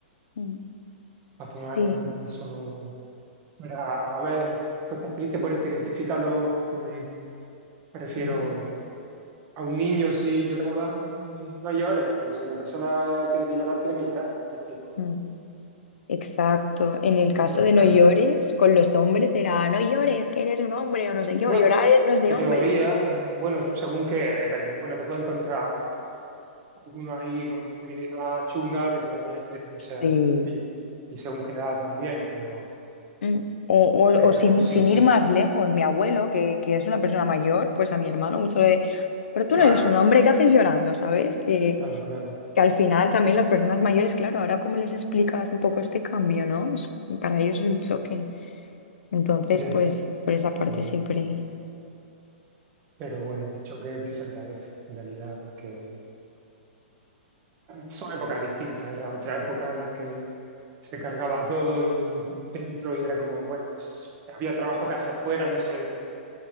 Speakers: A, on the left (about 80°); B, on the right (about 30°).
A: Mm.
B: hace
A: Sí,
B: unos años eso no no era. A ver, tú estás triste por esto, identifícalo. mm, Me refiero.
A: Ya.
B: A un niño si lloraba, eh, no llores, pero si una persona tiene que llorar, tiene que llorar. Es decir, o-
A: Mm. exacto. En el caso
B: y antes,
A: de no llores, con los hombres era no llores, que eres un hombre o no sé qué,
B: bueno,
A: o llorar no es de
B: todavía,
A: hombres.
B: bueno, según que, te- bueno, te puede encontrar alguno ahí con masculinidad chunga que todavía esté con ese aquello.
A: Sí.
B: Y según qué edad también, pero,
A: Mm. O, o-
B: pero
A: o sin,
B: sí,
A: sin
B: sí,
A: ir más lejos, mi abuelo, que, que es una persona mayor, pues a mi hermano mucho de, pero tú
B: claro,
A: no eres un hombre, ¿qué haces llorando? ¿Sabes? Que,
B: claro, claro,
A: que al final también las personas mayores, claro, ahora cómo les explicas un poco este cambio, ¿no? Es- para ellos es un choque. Entonces,
B: ya,
A: pues por esa parte
B: totalmente.
A: siempre...
B: Pero bueno, un choque que se agradece en realidad, porque Son épocas distintas, era otra época en la que se cargaba todo y dentro y era como, bueno, pues, había trabajo que hacer fuera, no sé,